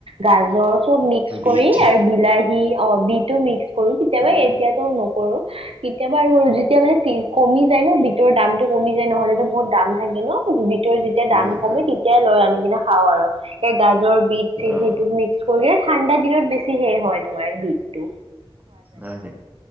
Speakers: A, on the right; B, on the right.
A: গাজৰ চব মিক্স
B: বিট
A: কৰি আৰু বিলাহী ঘি অ', বীটো মিক্স কৰোঁ কেতিয়াবা
B: উম,
A: এতিয়াটো নকৰো। কেতিয়াবা আৰু যিতিয়া মানে <unintelligible> কমি যায় ন বিতৰ দামটো কমি যায় নহ'লেতো বহুত দাম থাকে ন বীট ত' যেতিয়া দাম
B: উম,
A: কমে
B: উম,
A: তেতিয়াই লৈ আনি কিনে খাওঁ আৰু এই গাজৰ, বীট চিট
B: অ',
A: সেইটো মিক <unintelligible> এই ঠাণ্ডা দিনত বেছি হে হয় তোমাৰ এই বীটটো।
B: <unintelligible> অ',